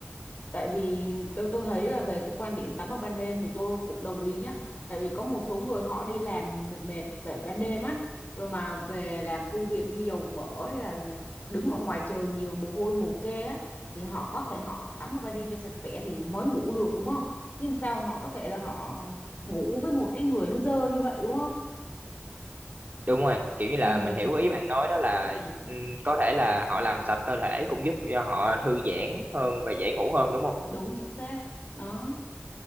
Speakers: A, on the left; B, on the right.
A: tại vì tôi tôi thấy là về cái quan điểm tắm vào ban đêm thì tôi cũng đồng ý nhá. Tại vì có một số người họ đi làm mệt mệt về ban đêm á, rồi mà về làm công việc như dầu mỡ hay là đứng ở ngoài trời nhiều mồ hôi mồ kê á, thì họ có thể họ họ tắm vào ban đêm cho sạch sẽ thì mới ngủ được đúng không? Nhưng làm sao mà họ có thể là họ ngủ với một cái người nó dơ như vậy đúng không?
B: Đúng rồi, kiểu như là
A: Ừ.
B: mình hiểu ý bạn nói đó là
A: Ừ.
B: ừm, có thể là họ làm sạch cơ thể cũng giúp cho họ thư giãn hơn và dễ ngủ hơn đúng không?
A: đúng chính xác đó